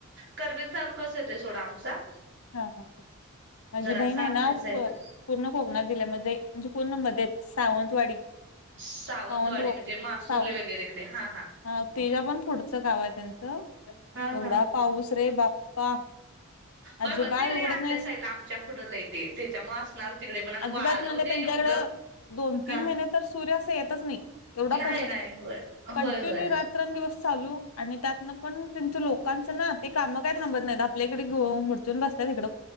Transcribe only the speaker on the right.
करवीर तालुकाच येतोय सोडा आमचा.
जरासा
आतल्या
साईडला
सावंतवाडी
म्हणजे मासुर्ली
वगैरेकडे हा हा.
हा
हा
होय
होय ते लई
आतल्या
साईडला आमच्या पुढं लई ते त्याच्यामुळे असणार तिकडे पण आणि
वारंव
ते
एवढं.
हा
नाही
नाही होय
होय होय